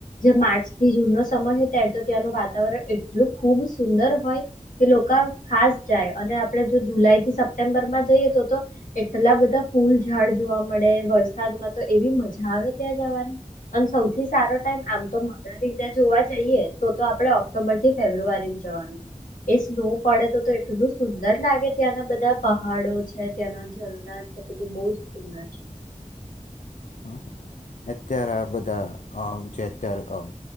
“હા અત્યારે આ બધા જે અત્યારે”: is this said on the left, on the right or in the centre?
Left